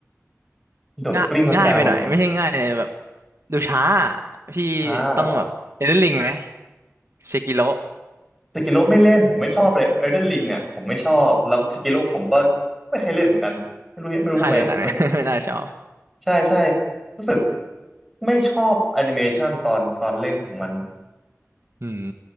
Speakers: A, in the centre; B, on the right (about 60°).
A: โดดกลิ้งลังกาหลบไง
B: ง่ายง่ายไปหน่อยไม่ใช่ง่ายเลยแบบดูช้าอะพี่
A: ช้าเหรอ
B: ต้องแบบเอเดนลิงไหมเชกิโล
A: สกิโลไม่เล่นผมไม่ชอบเลยเอลเดนริงอ่ะผมไม่ชอบแล้วสกิโลผมก็ไม่เคยเล่นเหมือนกันไม่รู้ไม่รู้ทำไมทำไม
B: ค่ายเดียวกันไหม <laughs> ไม่น่าชอบ
A: ใช่ใช่รู้สึกไม่ชอบแอนิเมชันตอนตอนเล่นของมัน
B: <laughs> อืม